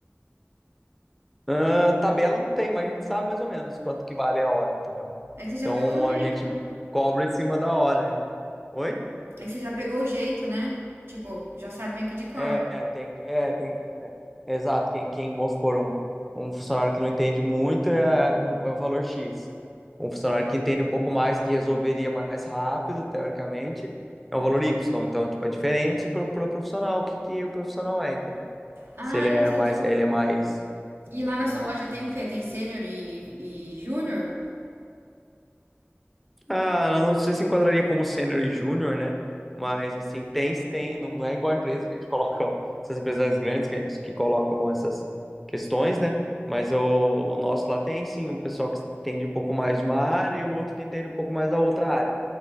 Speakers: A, in the centre; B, on the right (about 65°).
A: Ah, tabela não tem, mas a gente sabe mais ou menos quanto que vale a hora, entendeu?
B: É que você já
A: Então
B: pegou o jeito,
A: a gente
B: né?
A: cobra em cima da hora, né? Oi?
B: É que você já pegou o jeito, né? Tipo, já sabe meio que de cor.
A: É, é, tem, é, tem Exato, quem, quem vamos supor, um, um funcionário que não entende muito é, um- é o valor X. Um funcionário que entende um pouco mais, que resolveria mais rápido, teoricamente, é o valor Y. Então, tipo, é diferente pro, pro profissional, o que, que o profissional é, entendeu?
B: Ah,
A: Se ele
B: então
A: é
B: você.
A: mais,
B: tipo,
A: ele é mais
B: E lá
A: é,
B: na sua loja tem o quê? Tem sênior e, e júnior?
A: Ah, eu não sei se enquadraria como sênior e júnior, né? Mas assim, tem, tem, não, não é igual a empresa que a gente coloca, essas empresas grandes que, a gente, que colocam essas questões, né? Mas eu, o nosso lá tem sim um pessoal que entende um pouco mais de uma área e o outro que entende um pouco mais da outra área.